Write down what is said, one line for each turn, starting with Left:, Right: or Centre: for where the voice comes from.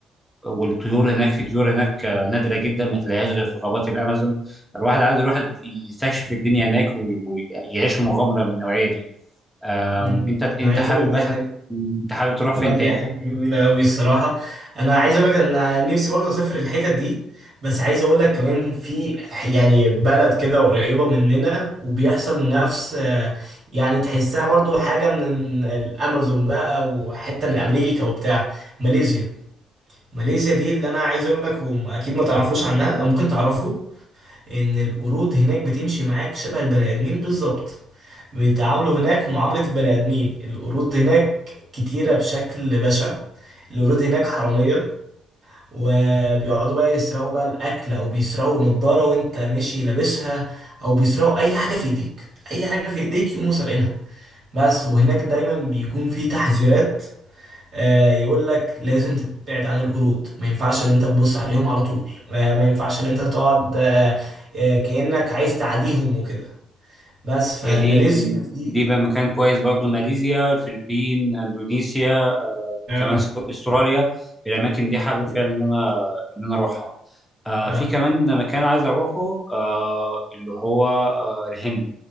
Centre: والطيور هناك في طيور هناك آه، نادره جدا ما تلاقيهاش غير في غابات الامازون الواحد عايز يروح يستكشف الدنيا هناك ويعيش مغامره من النوعيه دي آم،
Right: مم.
Centre: انت انت
Right: انا عايز
Centre: حابب
Right: اقول لك دي
Centre: مثلا
Right: حاجه
Centre: انت حابب تروح
Right: آه،
Centre: فين
Right: دي
Centre: تاني
Right: حاجه جميله قوي الصراحه انا عايز اقول لك ان أنا نفسي برضه اسافر الحتت دي بس عايز اقول لك كمان في يعني بلد كده قريبه مننا وبيحصل نفس آه، يعني تحسها برضه حاجه من الامازون بقى وحته من امريكا وبتاع ماليزيا ماليزيا دي اللي انا عايز اقول لك واكيد ما تعرفوش عنها او ممكن تعرفوا ان القرود هناك بتمشي معاك شبه البني ادمين بالظبط بيتعاملوا هناك معاملة البني آدمين القرود هناك كتيرة بشكل بشع القرود هناك حرامية وبيقعدوا بقى يسرقوا بقى الأكل أو بيسرقوا نضارة وأنت ماشي لابسها أو بيسرقوا أي حاجة في إيديك أي حاجة في إيديك يقوموا سارقينها بس وهناك دايما بيكون في تحذيرات آه، يقول لك لازم تبعد عن القرود ما ينفعش ان انت تبص عليهم على طول آه، ما ينفعش ان انت تقعد آه، آه، كأنك عايز تعاديهم وكده بس فماليزيا
Centre: يا دي
Right: دي
Centre: دي بقى مكان كويس برضو ماليزيا الفلبين اندونيسيا آه،
Right: اه
Centre: كمان است- استراليا الاماكن دي حابب فعلا ان انا ان انا اروحها آه،
Right: اه
Centre: في كمان مكان عايز اروحه آه، اللي هو آه، الهند